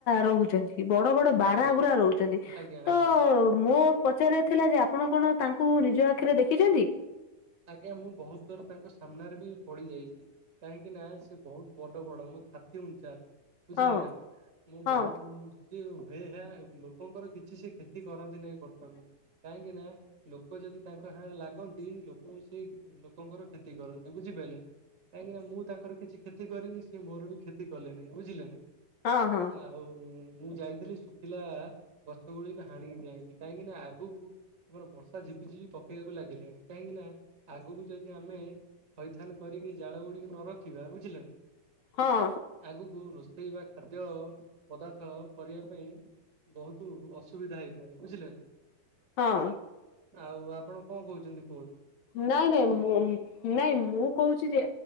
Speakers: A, on the left; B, on the right.
A: ରହୁଛନ୍ତି ବଡ ବଡ
B: ଆଜ୍ଞା
A: ରା ଗୁଡା ରହୁଛନ୍ତି
B: ଆଜ୍ଞା
A: ତ
B: ଆଜ୍ଞା
A: ମୋ ପଚାରିବାର ଥିଲା ଯେ, ଆପଣ କଣ ତାଙ୍କୁ ନିଜ ଆଖିରେ ଦେଖିଛନ୍ତି।
B: ଆଜ୍ଞା ମୁଁ ବହୁତ ଥର ତାଙ୍କ ସାମ୍ନାରେ ବି ପଡି ଯାଇଛି। କାହିଁକି ନା ସେ ବହୁତ ବଡ ବଡ ମୋ ଛାତି ଉଞ୍ଚାର। ବୁଝିଲେ
A: ହଁ
B: ନା ମୁଁ
A: ହଁ
B: ବହୁତ ହେ ହା ଲୋକଙ୍କର କି କିଚି ସେ କ୍ଷତି କରନ୍ତି ନାହିଁ ପ୍ରଥମେ। କାହିଁକି ନା ଲୋକ ଯଦି ତାଙ୍କ ହାଁଙ୍ଗରେ ଲାଗନ୍ତି କୁ ସେଇ ଲୋ ଲୋକଙ୍କର କ୍ଷତି କରନ୍ତି ବୁଝିପାରିଲ ନା। କାହିଁକିନା ମୁଁ ତାଙ୍କର କିଛି କ୍ଷତି କରିନି ସିଏ ମୋର ବି କ୍ଷ ତି କଲେ ନାଇ ବୁଝିଲେ ନା।
A: ହଁ ହଁ।
B: ଆଉ ମୁଁ ଯାଇଥିଲି ଶୁଖିଲା ଗଛ ଗୁଡିକ ହାଣି ଯାଇନି। କାହିଁକି ନା, ଆଗକୁ ଆମର ବର୍ଷା ଝିପିଝିପି ପକେଇବାକୁ ଲାଗିଲାଣି। କାହିଁକି ନା ଆଗକୁ ଯଦି ଆମେ ଥଇଥାନ କରିକି ଜାଳ ଗୁଡିକି ନ ରଖିବା ବୁଝିଲ ନା।
A: ହଁ।
B: ଆଗକୁ ରୋଷେଇ ବା ଖାଦ୍ୟ ପଦାର୍ଥ କରିବା ପାଇଁ। ବହୁତ ଅସୁବିଧା ହେଇପାରେ ବୁଝିଲେ ନା।
A: ହଁ।
B: ଆଉ ଆପଣ କଣ କହୁଛନ୍ତି କୁହ?
A: ନାଇଁ ନାଇଁ ମୋ ନାଇଁ ମୁଁ କହୁଛି ଯେ